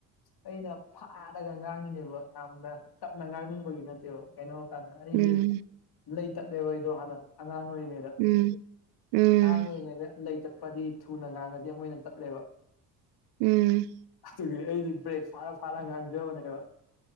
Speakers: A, on the left (about 50°); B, on the right (about 70°).
A: ꯑꯩꯅ ꯐꯥꯔꯒ ꯉꯥꯡꯉꯤꯅꯦꯕ ꯌꯥꯝꯅ ꯇꯞꯅ ꯉꯥꯡꯉ ꯈꯕꯒꯤ ꯅꯠꯇꯦꯕ ꯀꯩꯅꯣ ꯍꯥꯏ ꯀꯥꯟꯗ ꯑꯩꯒꯤ
B: ꯎꯝ
A: ꯂꯩ ꯇꯠꯅꯦꯦꯕ ꯑꯩꯗꯣ ꯍꯥꯟꯅ ꯑꯉꯥꯡ ꯑꯣꯏꯔꯤꯉꯩ ꯑꯉꯥꯡ
B: ꯎꯝ ꯎꯝ
A: ꯑꯣꯏꯔꯤꯉꯩꯗ ꯂꯩ ꯆꯠꯄꯗꯤ ꯊꯨꯅ ꯉꯥꯡꯉꯗꯤ ꯑꯃ ꯑꯣꯏꯅ ꯇꯠꯂꯦꯕ
B: ꯎꯝ
A: ꯑꯗꯨꯒꯤ ꯑꯩꯗꯤ ꯕ꯭ꯔꯦꯛ ꯐꯥꯔ ꯐꯥꯅ ꯉꯥꯡꯖꯕꯅꯦꯕ